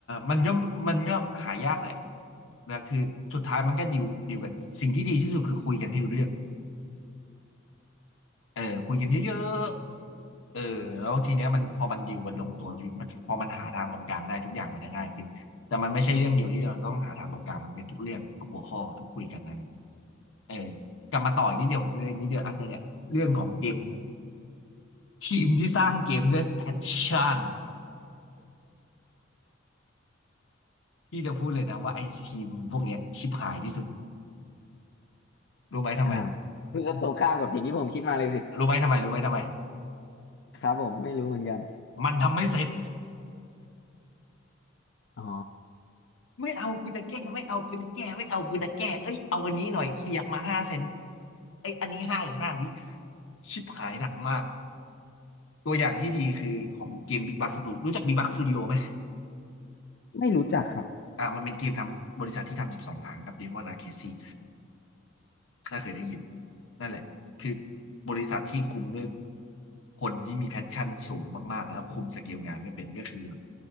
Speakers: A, on the left; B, on the left.
A: มันก็มันก็หายากแหละแล้วคือสุดท้ายมันก็ดีลดีลกันสิ่งที่ดีที่สุดคือคุยกันให้รู้เรื่อง เออคุยกันเยอะๆเออแล้วทีเนี้ยมันพอมันดิวกันลงตัวมันพอมันหาทางตรงกลางได้ทุกอย่างมันจะง่ายขึ้นแต่มันไม่ใช่เรื่องเดียวที่เราต้องหาทางตรงกลางมันเป็นทุกเรื่องทุกหัวข้อทุกคุยกันอะไรอย่างเงี้ยเออกลับมาต่ออีกนิดเดียวเลยอีกนิดเดียวอันเนี้ยเนี่ยเรื่องของเกมทีมที่สร้างเกมด้วยแพชชั่นที่จะพูดเลยนะว่าไอ้ทีมพวกเนี้ยชิบหายที่สุดรู้ไหมทำไม
B: อ้าวคือก็ตรงข้ามกับสิ่งที่ผมคิดมาเลยสิ
A: รู้ไหมทำไมรู้ไหมทำไม
B: <laughs> ครับผมไม่รู้เหมือนกัน
A: มันทำไม่เสร็จ
B: อ๋อ
A: ไม่เอากูจะแก้ไม่เอากูจะแก้ไม่เอากูจะแก้เอ้ยเอาอันนี้หน่อยขยับมาห้าเซนไอยอันนี้ห้าอีกห้าวิชิบหายหนักมากตัวอย่างที่ดีคือของเกม Big Bucks Studio รู้จัก Big Bucks Studio ไหม
B: ไม่รู้จักครับ
A: อ่ามันเป็นเกมทำบริษัทที่ทำสิบสองหางกับ Demon Arcade สี่ ถ้าเคยได้ยินนั่นแหละคือบริษัทที่คุมด้วยคนที่มีแพชชั่นสูงมากๆแล้วคุมสเกลงานไม่เป็นก็คือแบบ